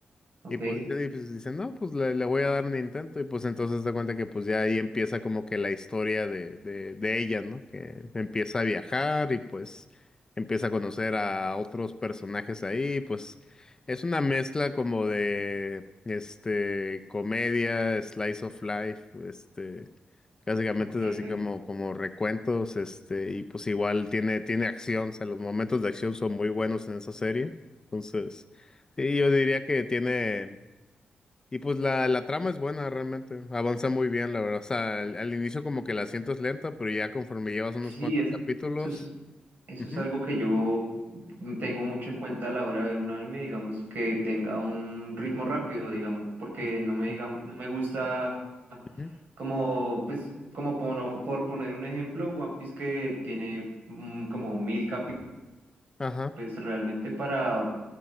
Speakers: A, on the right; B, on the left.
A: ok,
B: Y pues dice, y pues dice, no, pues le, le voy a dar un intento. Y pues entonces da cuenta que pues ya ahí empieza como que la historia de, de, de ella, ¿no? Que empieza a viajar y pues empieza a conocer a otros personajes ahí. Pues es una mezcla como de, este, comedia, slice of life, este, básicamente
A: ok,
B: es así
A: ok.
B: como, como recuentos, este, y pues igual tiene, tiene acción, o sea, los momentos de acción son muy buenos en esa serie. Entonces... Sí, yo diría que tiene. Y pues la, la trama es buena realmente, avanza muy bien, la verdad. O sea, al, al inicio como que la sientes lenta, pero ya conforme llevas unos
A: Sí,
B: cuantos
A: es-
B: capítulos.
A: eso es, eso
B: ujú,
A: es algo que yo tengo mucho en cuenta a la hora de ver un anime, digamos, que tenga un ritmo rápido, digamos, porque
B: <laughs>
A: no me
B: ujú,
A: diga, no me gusta
B: ujú.
A: como, pues, como pono- por poner un ejemplo, One Piece que tiene mm, como mil capítulos,
B: Ajá,
A: pues realmente para